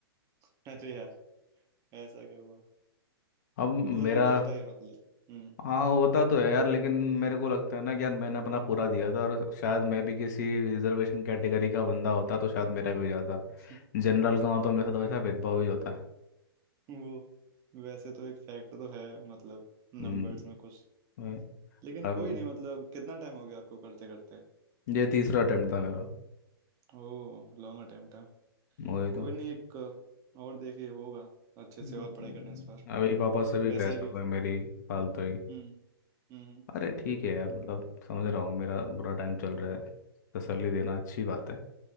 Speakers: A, on the right; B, on the left.
A: <laughs> अरे यार ऐसा क्या हुआ
B: अब
A: मतलब
B: मेरा
A: वो तो होता ही है मतलब हम्म
B: हाँ होता तो है यार लेकिन मेरे को लगता है ना कि यार मैंने अपना पूरा दिया था और शायद मैं भी किसी रिजर्वेशन कैटेगरी का बंदा होता तो शायद मेरा भी हो जाता
A: <laughs>
B: जनरल का हो तो मेरे साथ वैसा भेदभाव ही होता है
A: वो वैसे तो एक फैक्ट तो है मतलब नंबर्स
B: हम्म
A: में कुछ
B: वही।
A: लेकिन
B: अब
A: कोई नहीं मतलब कितना टाइम हो गया आपको करते करते
B: ये तीसरा अटेम्प्ट था मेरा
A: ओ लॉन्ग अटेम्प्ट है
B: वही
A: कोई
B: तो
A: नहीं एक और देखिए होगा अच्छे
B: हम्म,
A: से और पढ़ाई करना इस बार
B: अभी पापा से भी
A: वैसे
B: बहस
A: भी
B: हो गई मेरी फालतू ही
A: हम्म हम्म
B: अरे ठीक है यार मतलब समझ रहा हूँ मेरा बुरा टाइम चल रहा है तसल्ली देना अच्छी बात है